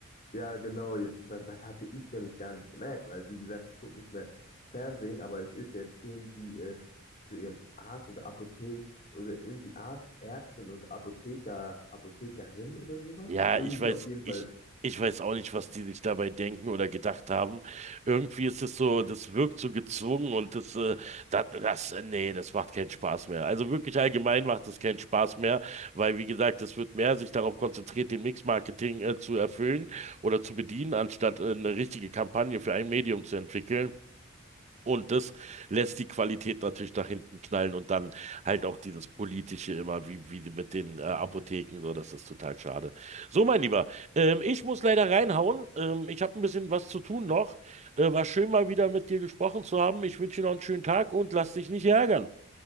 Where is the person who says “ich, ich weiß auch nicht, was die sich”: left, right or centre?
Right